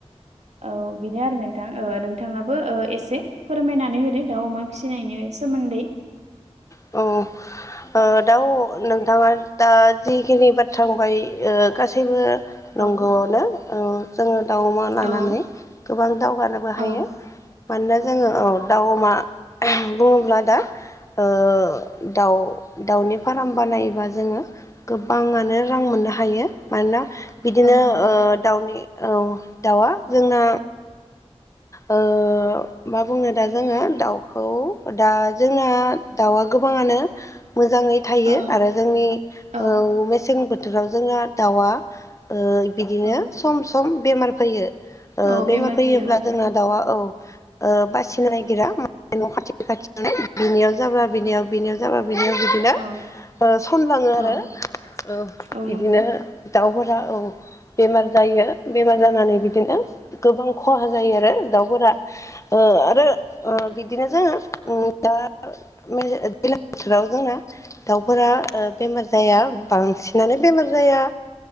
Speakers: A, on the right; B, on the left.
A: औ बेनो आरो नोंथां ओ नोंथाङाबो ओ एसे फोरमायनानै होदो दाउ अमा फिसिनायनि सोमोन्दै?
B: औ ओ दाउ नोंथाङा दा जिखिनि बाथ्रा बुंबाय ओ गासैबो नंगौआवनो।
A: औ
B: ओ जोङो दाउ, अमा लानानै
A: औ
B: गोबां दावगानोबो हायो।
A: औ
B: मानोना जोङो औ दाउ अमा बुङोब्ला दा ओ दाउ दाउनि फार्म बानायोबा जोङो गोबाङानो रां मोननो हायो। मानोना बिदिनो
A: औ नंगौ
B: ओ दाउनि ओ दाउआ जोंना ओ मा बुंनो दा जोङो दाउखौ दा जोंना दाउआ गोबाङानो मोजाङै थायो
A: औ
B: आरो जोंनि
A: औ
B: ओ मेसें बो थोराव जोंहा दाउआ ओ बिदिनो
A: औ
B: ओ सम सम बेमार फैयो। ओ
A: औ
B: बेमार फैयोब्ला
A: फैयो
B: जोंना दाउआ औ ओ बासिनो नागिरा मा न' खाथि खाथि बिनियाव जाब्ला बिनियाव बिनियाव जाबा बिनो बिदिनो
A: औ
B: ओ सनलाङो
A: औ
B: आरो ओ
A: औ
B: बिदिनो
A: नंगौ
B: दाउफोरा औ बेमार जायो बेमार जानानै बिदिनो गोबां खहा जायो आरो दावफोरा ओ आरो ओ
A: औ
B: बिदिनो जोङो ओ दा मे दैलां बोथोराव जोंना दाउ फोरा ओ बेमार जाया बांसिनानो बेमार जाया